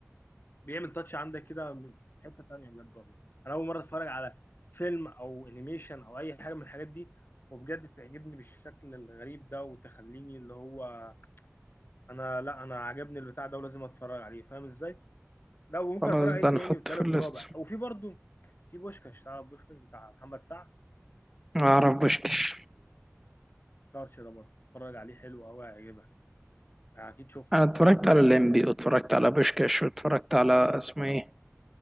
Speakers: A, on the left (about 45°); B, in the centre.
A: بيعمل تاتش عندك كده في حته تانيه بجد والله انا اول مره اتفرج على فيلم او انيميشن او اي حاجه من الحاجات دي وبجد تعجبني بالشكل الغريب ده وتخليني اللي هو انا لا انا عجبني البتاع ده ولازم اتفرج عليه فاهم ازاي لا وممكن
B: خلاص
A: اتفرج عليه
B: ده
A: تاني
B: نحطه
A: وتالت
B: في الليست
A: ورابع وفي برضو في بوشكاش تعرف بوشكاش بتاع محمد سعد
B: اعرف بوشكش
A: طرش ده برضه اتفرج عليه حلو قوي هيعجبك يعني اكيد شفته
B: انا اتفرجت على الليمبي واتفرجت على بوشكش واتفرجت على اسمه ايه